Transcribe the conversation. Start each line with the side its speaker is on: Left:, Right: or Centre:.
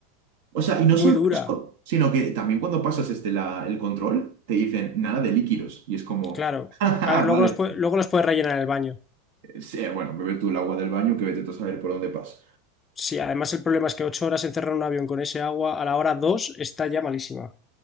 Right: o sea, y no
Left: muy
Right: solo
Left: dura.
Right: eso, sino que también cuando pasas este, la, el control, te dicen nada de líquidos. Y es como,
Left: Claro.
Right: <laughs> "Ja, ja,
Left: A ver,
Right: vale,
Left: luego los, pue- luego los puedes rellenar en el baño.
Right: eh, sí, bueno, bebe tú el agua del baño que vete tú a saber por dónde pasa.
Left: Sí, además el problema es que ocho horas encerrar un avión con ese agua a la hora dos está ya malísima.